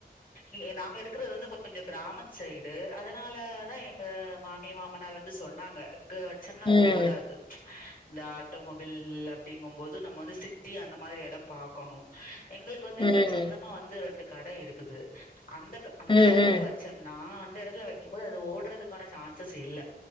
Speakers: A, on the left; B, on the left.
A: இ நாங்க இருக்கறது வந்து கொஞ்சோ கிராமத்து சைடு அதுனால தா எங்க மாமி மாமனார் வந்து சொன்னாங்க இங்க வச்சம்னா
B: ம்
A: அது ஓடாது இந்த ஆட்டோமொபைல் ல் அப்டிங்கம்போது நம்ம வந்து சிட்டி அந்த மாதிரி எடோ பாக்கணு எங்களுக்கு வந்து இங்கியே
B: ம்
A: சொந்தமா வந்து ரெண்டு கட இருக்குது அந்தக் அந்த
B: ம்
A: எடத்துல
B: ம்
A: வச்சம்னா அந்த எடத்துல வக்கிம் போது அது ஓட்றதுக்கான சான்சஸ் இல்ல